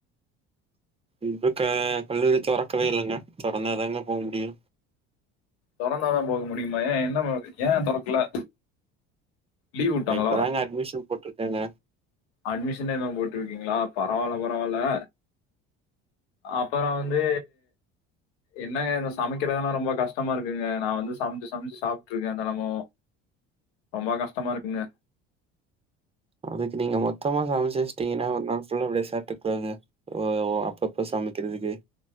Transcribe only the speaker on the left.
தொறந்தாதா போக முடியுமா ஏ என்ன பழக் ஏ தொறக்கல லீவுட்டாங்களா
அட்மிஷனேதா போட்ருக்கீங்களா பரவால்ல பரவால்ல அப்பறோ வந்து என்னங்க இந்த சமைக்கிறதல்லா ரொம்ப கஷ்டமா இருக்குங்க நா வந்து சமைச்சு சமைச்சு சாப்ட்ருக்கே தெனமு ரொம்ப கஷ்டமா இருக்குங்க